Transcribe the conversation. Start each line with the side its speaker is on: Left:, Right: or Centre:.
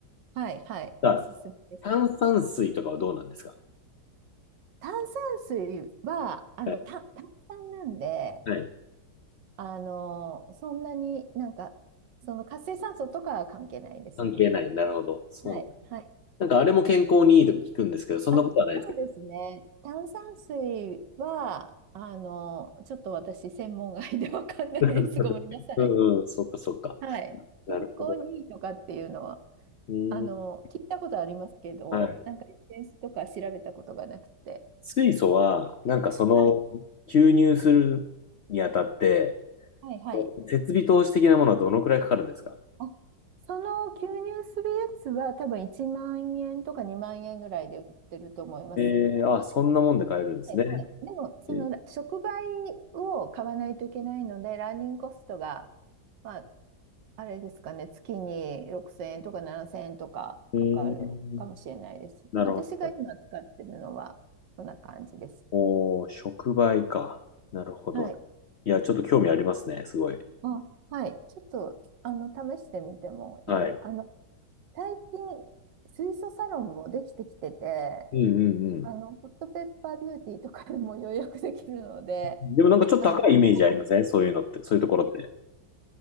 Right: はい、はい、
Left: あ、
Right: おすすめです。
Left: 炭酸水とかはどうなんですか
Right: 炭酸水は、あの、
Left: はい。
Right: た、炭酸なんで、
Left: はい
Right: あの、そんなになんか、その活性酸素とかは関係ないですよね。
Left: 関係ない。なるほど。そうなん。
Right: はい、はい。
Left: なんかあれも健康にいいとか聞くんですけど、そんなことはないですか
Right: あ、そうですね。炭酸水は、あの、ちょっと私、専門外でわかんないです。
Left: <laughs>
Right: ごめんなさい。
Left: うんうん、そっかそっか。
Right: はい。
Left: なるほど。
Right: 健康にいいとかっていうのは、
Left: うーん。
Right: あの、聞いたことありますけど、
Left: はい。
Right: なんかエッセンスとか調べたことがなくて。
Left: 水素は、なんかその、
Right: はい。
Left: 吸入するにあたって、
Right: はいはい。
Left: 設備投資的なものはどのくらいかかるんですか
Right: あ、その吸入するやつは多分1万円とか2万円ぐらいで売ってると思います。
Left: えー、あ、そんなもんで買えるんですね。
Right: はいはい。でも、その触媒を買わないといけないので、
Left: えー
Right: ランニングコストが、まあ、あれですかね、月に6000円とか7000円とかかかるかもしれないです。
Left: うーん、なるほど。
Right: 私が今使ってるのは、こんな感じです。
Left: おー、触媒か。なるほど。
Right: はい。
Left: いや、ちょっと興味ありますね、すごい。
Right: あ、はい。ちょっと、あの、試してみてもいいかも。
Left: はい。
Right: あの最近、水素サロンもできてきてて、
Left: うんうんう
Right: あの、ホットペッパービューティーとかでも予約できるので、
Left: ん。でもなんかちょっと高いイメージありませんそういうのって、
Right: あの、一回、
Left: そういうところって。